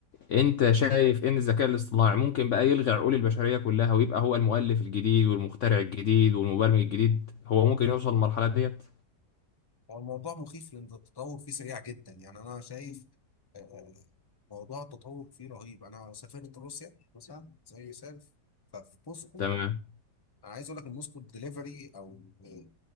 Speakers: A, on the left; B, on the left.
A: انت شايف ان الذكاء الاصطناعي ممكن بقى يلغي عقول البشريه كلها ويبقى هو المؤلف الجديد والمخترع الجديد والمبرمج الجديد هو ممكن يوصل للمرحله ديت
B: هو الموضوع مخيف لان التطور فيه سريع جدا يعني انا شايف آه، آه، موضوع التطور فيه رهيب انا سافرت روسيا مثلا زي مثال ففي بوسطه
A: تمام
B: انا عايز اقول لك المسكو دليفري او ال-